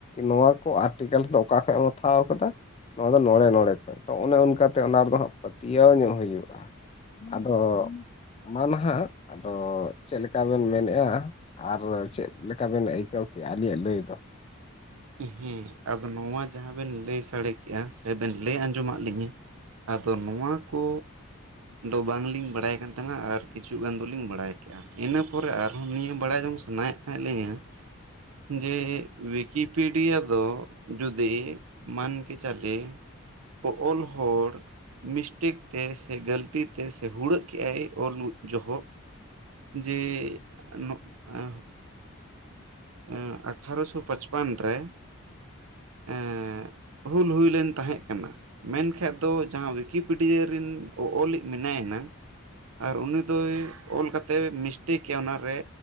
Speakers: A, on the left; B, on the right.
A: ᱱᱚᱣᱟ ᱠᱚ ᱟᱨᱴᱤᱠᱟᱞᱴ ᱫᱚ ᱚᱠᱟ ᱠᱷᱚᱡ ᱮᱢ ᱦᱟᱛᱷᱟᱣ ᱠᱟᱫᱟ? ᱱᱚᱣᱟ ᱫᱚ ᱱᱚᱬᱮ ᱱᱚᱬᱮ ᱠᱷᱚᱡ ᱛᱚ ᱚᱱᱮ ᱚᱱᱠᱟ ᱛᱮ ᱚᱱᱟ ᱨᱮᱫᱚ ᱦᱟᱸᱜ ᱯᱟᱹᱛᱭᱟᱹᱣ ᱧᱚᱜ ᱦᱩᱭᱩᱜᱼᱟ ᱾ ᱟᱫᱚ ᱢᱟ ᱱᱟᱦᱟᱜ ᱟᱫᱚ ᱪᱮᱫ ᱞᱮᱠᱟ ᱵᱮᱱ ᱢᱮᱱᱮᱜᱼᱟ ᱟᱨ ᱪᱮᱫ ᱞᱮᱠᱟᱵᱮᱱ ᱟᱹᱭᱠᱟᱹᱣ ᱠᱮᱜᱼᱟ ᱟᱹᱞᱤᱧᱟᱜ ᱞᱟᱹᱭ ᱫᱚ ᱾
B: ᱦᱩᱸ ᱟᱫᱚ ᱱᱚᱣᱟ ᱡᱟᱦᱟᱸ ᱵᱮᱱ ᱞᱟᱹᱭ ᱥᱟᱲᱮ ᱠᱮᱜᱼᱟ ᱥᱮ ᱵᱮᱱ ᱞᱟᱹᱭ ᱟᱸᱡᱚᱢᱟᱜ ᱞᱤᱧᱟᱹ ᱾ ᱟᱫᱚ ᱱᱚᱣᱟ ᱠᱚ ᱫᱚ ᱵᱟᱝ ᱞᱤᱧ ᱵᱟᱲᱟᱭ ᱠᱟᱱ ᱛᱟᱦᱮᱱᱟ ᱟᱨ ᱠᱤᱪᱷᱩ ᱜᱟᱱ ᱫᱚᱞᱤᱧ ᱵᱟᱲᱟᱭ ᱠᱮᱜᱼᱟ ᱾ ᱤᱱᱟᱹ ᱯᱚᱨᱮ ᱟᱨᱦᱚᱸ ᱱᱤᱭᱟᱹ ᱵᱟᱲᱟᱭ ᱡᱚᱝ ᱥᱟᱱᱟᱭᱮᱫ ᱛᱟᱦᱮᱸ ᱞᱤᱧᱟᱹ ᱡᱮ ᱣᱤᱠ ᱠᱤᱯᱤᱰᱤᱭᱟ ᱫᱚ ᱡᱩᱫᱤ ᱢᱟᱹᱱ ᱠᱮ ᱪᱟᱞᱮ ᱚᱜ-ᱚᱞ ᱦᱚᱲ ᱾ ᱢᱤᱥᱴᱮᱠ ᱛᱮ ᱥᱮ ᱜᱟᱹᱞᱛᱤ ᱛᱮ ᱥᱮ ᱦᱩᱲᱟᱹᱜ ᱠᱮᱜᱼᱟᱭ ᱚᱞ ᱡᱚᱦᱚᱜ ᱡᱮ ᱱᱚᱜ ᱟᱸ ᱮᱸ ᱟᱴᱷᱟᱨᱚᱥᱚ ᱯᱟᱪᱯᱟᱱ ᱨᱮ ᱮᱸ ᱦᱩᱞ ᱦᱩᱭᱞᱮᱱ ᱛᱟᱦᱮᱸᱜ ᱠᱟᱱᱟ ᱾ ᱢᱮᱱᱠᱷᱟᱡ ᱫᱚ ᱡᱟᱦᱟᱸ ᱣᱤᱠᱤᱯᱤᱰᱤᱭᱟᱹ ᱨᱮᱱ ᱚᱜ-ᱚᱞᱤᱡ ᱢᱮᱱᱟᱭᱟ ᱱᱟᱝ ᱟᱨ ᱩᱱᱤ ᱫᱚᱭ ᱚᱞ ᱠᱟᱛᱮ ᱢᱤᱥᱴᱮᱠᱮᱜ ᱠᱮᱼᱟ ᱚᱱᱟᱨᱮ